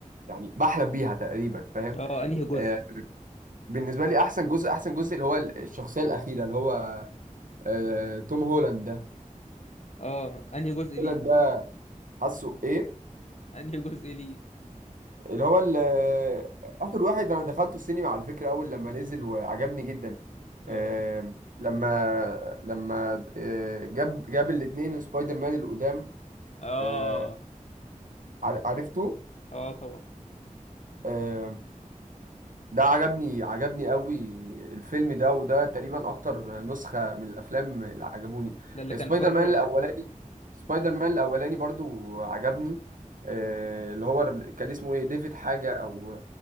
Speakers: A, on the right; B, on the left.
A: يعني بحلم بيها تقريبا فاهم
B: اه أنهي جزء
A: آه، بالنسبه لي احسن جزء احسن جزء اللي هو الشخصيه الاخيره اللي هو آه، توم هولاند ده
B: اه أنهي جزء
A: هولاند
B: ليه
A: ده حاسه ايه
B: أنهي جزء ليه
A: اللي هو ال- اخر واحد انا دخلته السينما على فكره اول لما نزل وعجبني جدا
B: اه
A: آم، لما لما آه، جاب جاب الاثنين سبايدر مان القدام
B: اه
A: آه، عر- عرفته
B: اه طبعا
A: آم، ده عجبني عجبني قوي الفيلم ده وده تقريبا اكتر نسخه من الافلام اللي عجبوني
B: ده اللي كان
A: سبايدر
B: فر
A: مان الاولاني سبايدر مان الاولاني برضو عجبني آه، اللي هو ال- كان اسمه ايه ديفيد حاجه او